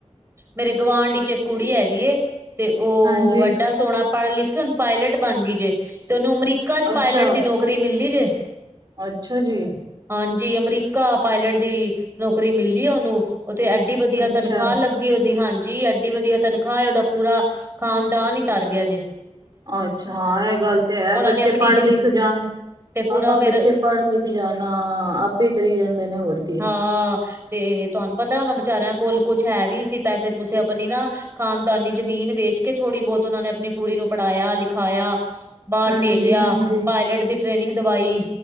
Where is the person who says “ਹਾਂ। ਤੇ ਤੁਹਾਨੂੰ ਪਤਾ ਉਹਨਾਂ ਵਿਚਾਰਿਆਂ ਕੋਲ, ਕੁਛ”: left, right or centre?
Right